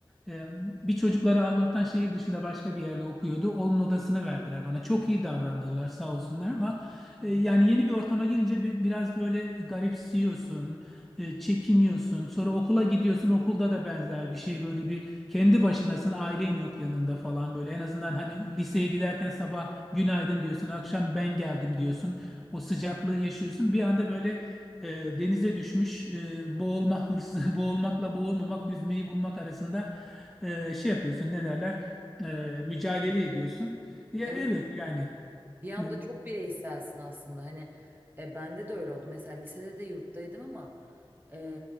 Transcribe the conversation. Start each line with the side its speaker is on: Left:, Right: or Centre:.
Centre: e, bir çocukları Allah'tan şehir dışında başka bir yerde okuyordu. Onun odasını verdiler bana. Çok iyi davrandılar sağ olsunlar ama
Right: Hı
Centre: e, Yani
Right: hı.
Centre: yeni bir ortama girince bi- biraz böyle garipsiyorsun, e, çekiniyorsun. Sonra okula gidiyorsun, okulda da benzer bir şey. Böyle bir kendi başınasın, ailen yok yanında falan böyle. En azından hani liseye giderken sabah günaydın diyorsun, akşam ben geldim diyorsun. O sıcaklığı yaşıyorsun. Bir anda böyle e, denize düşmüş, e, boğulma hırsı, <laughs> boğulmakla boğulmamak, yüzmeyi bulmak arasında e, şey yapıyorsun, ne derler? E, mücadele ediyorsun. Ya
Right: evet
Centre: evet yani.
Right: Bir anda
Centre: E,
Right: çok bireyselsin aslında. Hani e, bende de öyle oldu. Mesela lisede de yurttaydım ama e,